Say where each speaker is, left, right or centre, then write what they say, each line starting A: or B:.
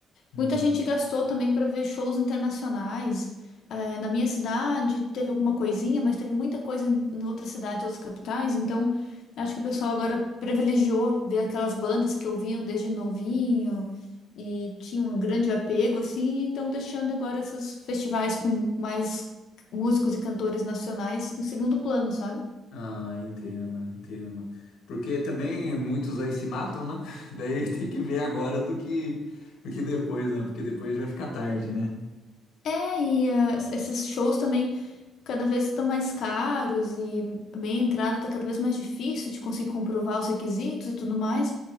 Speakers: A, on the left (about 85°); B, on the left (about 55°).
A: Hum.
B: Muita gente gastou também para ver shows internacionais. Eh, na minha cidade teve alguma coisinha, mas teve muita coisa em, em outras cidades, outras capitais. Então, acho que o pessoal agora privilegiou ver aquelas bandas que ouviam desde novinho e tinham um grande apego, assim, e estão deixando agora esses festivais com mais músicos e cantores nacionais em segundo plano, sabe?
A: Ah, entendo, entendo. Porque também muitos aí se matam, né? <laughs> Daí tem que ver agora do que, do que depois, né? Porque depois já fica tarde, né?
B: É, e ah, es- esses shows também cada vez estão mais caros e meia entrada está cada vez mais difícil de conseguir comprovar os requisitos e tudo mais.